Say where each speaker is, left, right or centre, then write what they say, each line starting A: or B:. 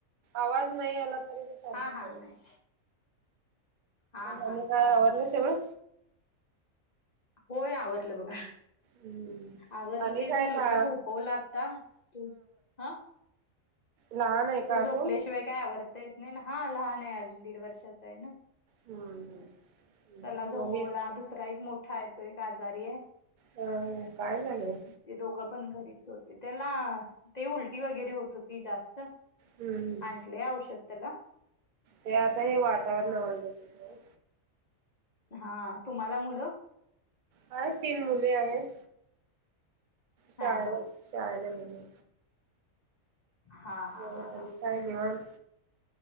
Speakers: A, on the right; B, on the left.
A: आवाज नाही आला तरी चालूच
B: हा हा
A: ठेवा
B: नाही. हा हा
A: आणि काय
B: चालेल
A: आवरल
B: चालेल
A: सगळ?
B: होय आवडलं बघा.
A: हम्म
B: आवडलं
A: आणि
B: तेच
A: काय
B: मुलगा
A: का
B: झोपवला आता तू हा
A: लान आहे. का
B: तो
A: अजून?
B: झोपल्याशिवाय काय आवडता येत नाही ना हा लहान आहे अजून दीड वर्षाचा आहे ना‌
A: हम्म हम्
B: त्याला झोपवला
A: दोन्ही
B: हा दुसरा एक मोठा आहे तो एक आजारी आहे.
A: अ काय झालंय?
B: ते दोघं पण घरीच होते त्याला ते उलटी वगैरे होत होती जास्त
A: हम्म हम.
B: क औषध त्याला
A: ते आता हे वातावरण
B: हा
A: आवडलेलं.
B: हा तुम्हाला मुलं
A: हा तीन मुले आहेत. शाला
B: हा हा
A: शालागणे
B: हा हा
A: हो
B: हा
A: आणि
B: हा
A: काही नाही मान